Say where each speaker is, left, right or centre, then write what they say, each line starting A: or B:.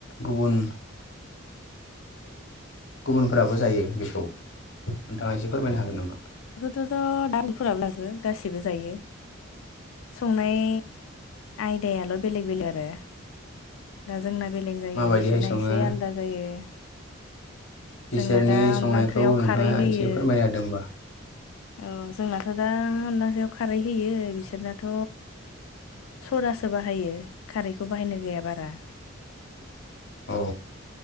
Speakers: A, on the left (about 60°); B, on the left (about 75°).
A: गुबुन गुबुनफोराबो जायो बेखौ नोंथाङा एसे फोरमायनो हागोन नामा
B: बेखौथ'थ' दामफोराब्लाबो गाससिबो जायो संनाय आयदायाल' बेलेग बेलेग आरो दा जोंना बेलेग जायो
A: माबायदिहाय
B: बिसोरना
A: सङो
B: एसे आलादा जायो
A: बिसोरनि
B: जोंना दा अनला
A: संनायखौ
B: ओंख्रियाव
A: नोंथाङा
B: खारै होयो
A: एसे फोरमायना होदो होमबा।
B: औ जोंनाथ' दा अनला सायाव खारै होयो बिसोरनाथ' सरासो बाहायो खारैखौ बाहायनाय जाया बारा
A: औ